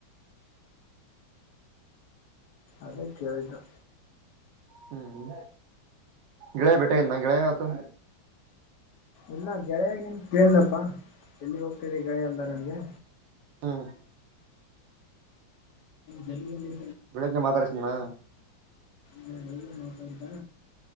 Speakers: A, on the left; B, on the right.
A: ಅದ ಕೇಳ್ದು
B: ಹ್ಮ್ ಗಗೆಳೆಯ ಬೆೇಟನ್ನ ಗಗೆಳ ಆತು
A: ಇಲ್ಲ ಗೆಳೆಯಾಗಿ ನಿಮ ಕೇಳನಪ್ಪಾ ಎಲ್ಲಿಗೆ ಹೋಗ್ತದೆ ಗೆಳೆಯ ಅಲ್ಲ ನಂಗೆ
B: ಹ್ಮ್
A: ಜಮೀನಲ್ಲಿ
B: ಬೆಳಿಗ್ಗೆ ಮಾತಾಡ್ಸಂಗ್ನಾ.
A: ಹ್ಮ ಹೇಳ ನೌತಂಗ್ದ.